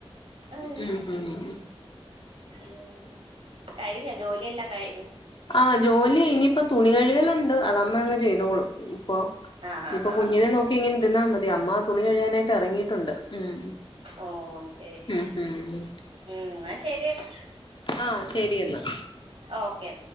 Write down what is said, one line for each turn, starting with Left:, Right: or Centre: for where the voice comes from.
Right: അതെ
Left: ഉം ഉം ഉ
Right: ഉം കഴിഞ്ഞ ജോലിയെല്ലാം കഴിഞ്ഞോ
Left: ആ ജോലി ഇനിയിപ്പോ തുണി കഴുകലുണ്ട് അതമ്മ അങ്ങ് ചെയ്തോളും ഇപ്പൊ
Right: ആഹ് ആഹ്
Left: ഇപ്പൊ കുഞ്ഞിനെ
Right: ആഹ്
Left: നോക്കി ഇങ്ങനെ ഇരുന്നാ മതി അമ്മ തുണി കഴിയാനായിട്ട് ഇറങ്ങിട്ടുണ്ട് ഉം
Right: ഓ ശരി
Left: ഉം ഉം
Right: ഉം ന്നാശരിന്നാ
Left: ആ ശരിയെന്നാ
Right: ഓക്കെ